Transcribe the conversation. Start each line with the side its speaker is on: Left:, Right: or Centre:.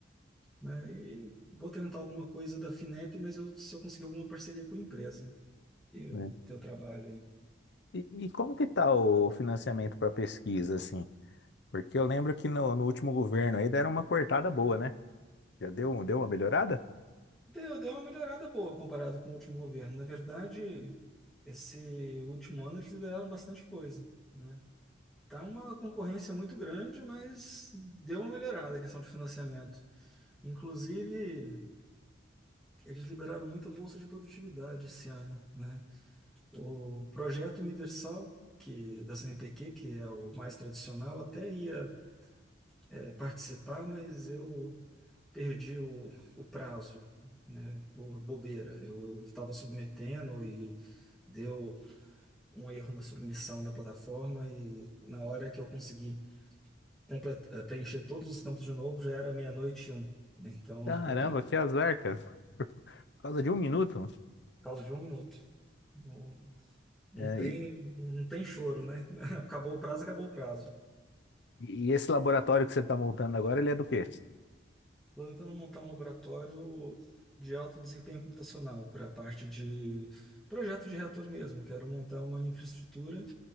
Centre: né? E vou tentar alguma coisa da FINEP, mas eu- se eu conseguir alguma parceria com a empresa. e o
Left: né?
Centre: teu trabalho aí.
Left: E, e como que tá o financiamento para pesquisa, assim? Porque eu lembro que no, no último governo aí deram uma cortada boa, né? Já deu, um- deu uma melhorada?
Centre: Deu, deu uma melhorada boa comparado com o último governo. Na verdade, esse último ano eles liberaram bastante coisa, né? Tá uma concorrência muito grande, mas deu uma melhorada a questão de financiamento. Inclusive, eles liberaram muita bolsa de produtividade esse ano, né? O projeto universal que da CNPq, que é o mais tradicional, até ia eh, participar, mas eu perdi o, o prazo, né, por bobeira. Eu estava submetendo e deu um erro na submissão da plataforma e na hora que eu consegui complet- eh, preencher todos os campos de novo já era meia-noite e um. né. Então,
Left: Caramba,
Centre: <laughs> eu pre- por
Left: que azar, cara. <laughs> Por causa de um minuto.
Centre: causa de um minuto. Não, não
Left: É,
Centre: tem,
Left: e,
Centre: não tem choro, né? <laughs> Acabou o prazo, acabou o prazo.
Left: e esse laboratório que você tá montando agora, ele é do quê?
Centre: Estou tentando montar um laboratório de alto desempenho computacional para a parte de projeto de reator mesmo. Eu Quero montar uma infraestrutura